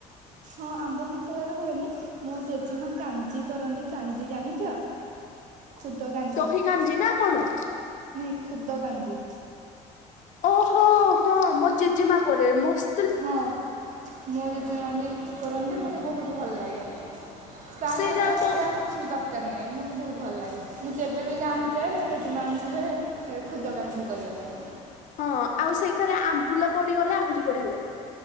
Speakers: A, on the right (about 55°); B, on the left (about 55°).
A: ହଁ ଆମ୍ବ ସନ୍ତୁଳାର ହୁଏନି। ମୋ ଜେଜେମା କାଞ୍ଜି କରନ୍ତି। କାଞ୍ଜି ଜାଣିଚ? ଖୁଦ କା
B: ଦହି କାଞ୍ଜି ନା କଣ?
A: ନାଇଁ ଖୁଦ କାଞ୍ଜି।
B: ଓହୋ, ହଁ ମୋ ଜେଜେମା କରେ। ମୋସ୍
A: ହଁ। ମୋ ଜେଜେ ମା ବି କରନ୍ତି। ମୋତେ ବହୁତ ଭଲ ଲାଗେ। ତା
B: ସେଇଟା
A: ସହିତ ମତେ
B: କୋଉ
A: ଆଉ କି କିଛି ବି ଦରକାର ନାହିଁ। ମତେ ବହୁତ ଭଲ ଲାଗେ। ମୁଁ ଯେବେ ବିି ଗାଁକୁ ଯାଏ ମୋ ଜେଜେମାଆଙ୍କୁ କୁହେ ଏ ଖୁଦ କାଞ୍ଜି କରିବା ପାଇଁ।
B: ହଁ। ଆଉ ସେଇଥେରେ ଆମ୍ବୁଲ ପଡିଗଲେ ଆହୁରି ବଢିଆ ଲାଗେ।